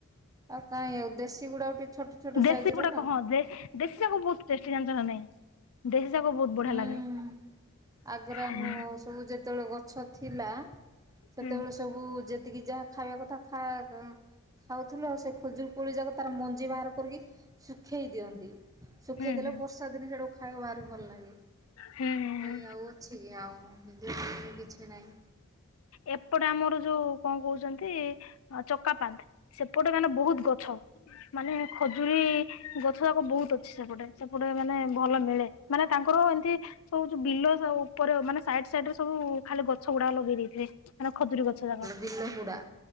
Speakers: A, on the right; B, on the left.
A: ଆଉ କାହିଁ ଆଉ ଦେଶୀ ଗୁଡ଼ା ଟିକେ ଛୋଟ ଛୋଟ
B: ଦେଶୀ
A: ସାଇଜର
B: ଗୁଡ଼ାକ
A: ନା
B: ହଁ ଦେଶୀ ଯାକ ବହୁତ ଟେଷ୍ଟି ଜାଣିଛ ନା ନାଇଁ ଦେଶୀ ଯାକ ବହୁତ ବଢ଼ିଆ
A: ହୁଁ।
B: ଲାଗେ।
A: ଆଗରେ ଆମ
B: ହୁଁ
A: ସବୁ ଯେତେବେଳେ ଗଛ ଥିଲା ସେତେବେଳେ
B: ହୁଁ
A: ସବୁ ଯେତିକି ଯାହା ଖାଇବା କଥା ଖା ଖାଉଥିଲୁ ଆଉ ସେ ଖଜୁର କୋଳି ଯାକ ତାର ମଞ୍ଜି ବାହାର କରିକି ଶୁଖେଇ ଦିଅନ୍ତି। ଶୁଖେଇ
B: ହୁଁ
A: ଦେଲେ
B: ହୁଁ
A: ବର୍ଷା ଦିନେ ସେଟାକୁ ଖାଇବାକୁ ଭାରି ଭଲ ଲାଗେ।
B: ହୁଁ
A: ନାଇଁ
B: ହୁଁ
A: ଆଉ ଅଛି କି ଆଉ <unintelligible> କିଛି ନାଇଁ।
B: ଏପଟେ ଆମର ଯୋଉ କଣ କହୁଛନ୍ତି ଚକା ପାନ୍ଥ ସେପଟେ କାଇଁକିନା ବହୁତ ଗଛ ମାନେ ଖଜୁରୀ ଗଛ ଯାକ ବହୁତ ଅଛି ସେପଟେ। ସେପଟେ ମାନେ ଭଲ ମିଳେ। ମାନେ ତାଙ୍କର ଏମିତି ସବୁ ଯୋଉ ବିଲ ଉପରେ ମାନେ ସାଇଡ଼ ସାଇଡ଼ରେ ସବୁ ଖାଲି ଗଛ ଗୁଡ଼ାକ ଲଗେଇ ଦେଇଥିଲେ ମାନେ ଖଜୁରୀ ଗ ଛ ଯାକ।
A: ବିଲ ହୁଡ଼ା